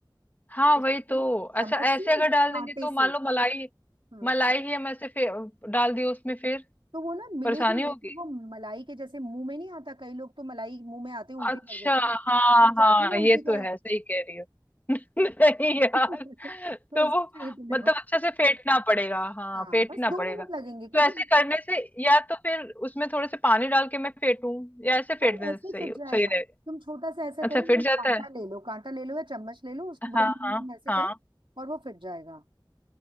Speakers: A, on the left; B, on the right.
A: हाँ
B: उसको
A: वही
B: तुम
A: तो अच्छा
B: चम्मच
A: ऐसे
B: से
A: अगर
B: या
A: डाल
B: कांटे
A: देंगे तो
B: से
A: मान लो मलाई
B: हम्म
A: मलाई ही हम ऐसे फे, डाल दिए उसमें फिर
B: तो वो ना मिलेगी
A: परेशानी
B: नहीं
A: होगी
B: फिर वो मलाई के जैसे मुंह में नहीं आता कई लोग तो मलाई मुंह में आते ही उल्टी
A: अच्छा
B: कर देते हैं तुम
A: हाँ
B: चाहती
A: हाँ
B: हो वो उल्टी
A: ये तो
B: करें
A: है सही कह रही हो <laughs> नहीं
B: <laughs>
A: यार
B: तो
A: तो
B: उसे
A: वो
B: फेंट लो
A: मतलब अच्छे से फेंटना पड़ेगा हाँ
B: हाँ
A: फेंटना
B: बस दो
A: पड़ेगा
B: मिनट लगेंगे क्योंकि
A: तो ऐसे करने से या तो फिर उसमें थोड़े से पानी डाल के मैं फेंटूं या ऐसे फेंट
B: भाई
A: देना
B: ऐसे
A: सही
B: ही फिट
A: हो
B: जाएगा
A: सही रहेगा
B: तुम छोटा सा ऐसा
A: अच्छा
B: करो ना
A: फिट
B: एक
A: जाता
B: कांटा
A: है
B: ले लो कांटा ले लो या चम्मच ले लो उसको बुडुम
A: हाँ
B: बुडुम
A: हाँ
B: ऐसे
A: हाँ
B: करो और वो फिट जाएगा